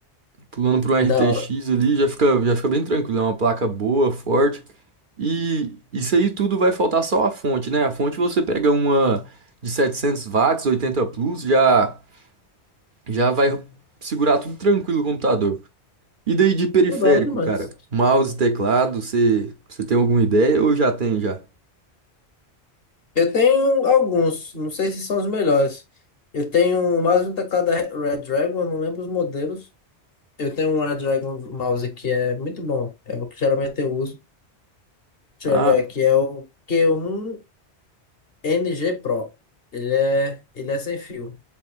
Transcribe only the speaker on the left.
Da hora.
Pô, da hora demais.
Eu tenho alguns, não sei se são os melhores. Eu tenho mais um teclado da Dragon não lembro os modelos. Eu tenho um Redragon mouse que é muito bom. É o que geralmente eu uso. Deixa
eu olhar aqui, é o Q1 NG Pro. Ele é, ele é sem fio.